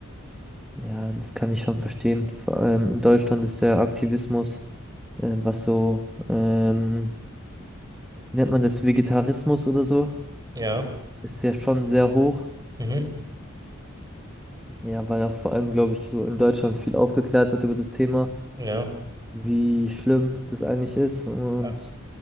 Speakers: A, in the centre; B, on the right (about 20°).
A: Ja, das kann ich schon verstehen. Vor allem in Deutschland ist der Aktivismus, äh, was so ähm, wie nennt man das, Vegetarismus oder so,
B: Ja.
A: ist ja schon sehr hoch.
B: Mhm.
A: Ja, weil auch vor allem, glaube ich, so in Deutschland viel aufgeklärt wird über das Thema,
B: Ja.
A: wie schlimm das eigentlich ist und
B: Ja,